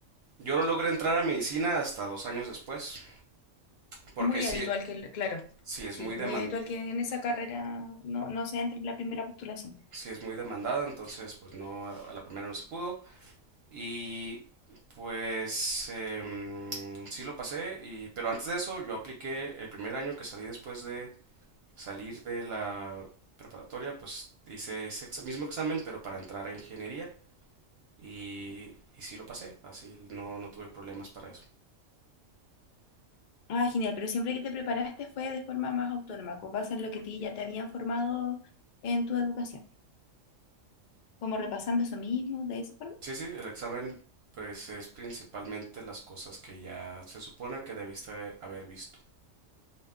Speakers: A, on the right; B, on the left.
A: yo no logré entrar a medicina hasta dos años después, porque
B: Muy
A: sí,
B: habitual que, el- claro,
A: sí es
B: sí,
A: muy deman-
B: muy habitual que en esa carrera no, no se entre en la primera postulación.
A: sí es muy demandada, entonces pues no, a la primera no se pudo y pues em, sí lo pasé, y, pero antes de eso yo apliqué el primer año que salí después de salir de la preparatoria, pues hice ese exa- mismo examen pero para entrar a ingeniería y, y sí lo pasé, así no, no tuve problemas para eso.
B: Ah, genial, pero siempre que te preparaste fue de forma más autónoma, con base en lo que ti ya te habían formado en tu educación, como repasando eso mismo, de esa forma.
A: Sí, sí, el examen pues es principalmente las cosas que ya se supone que debiste haber visto.